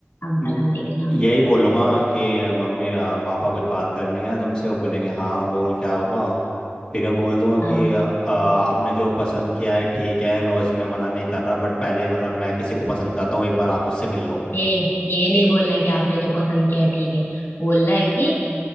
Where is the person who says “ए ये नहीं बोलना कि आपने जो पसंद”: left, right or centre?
Left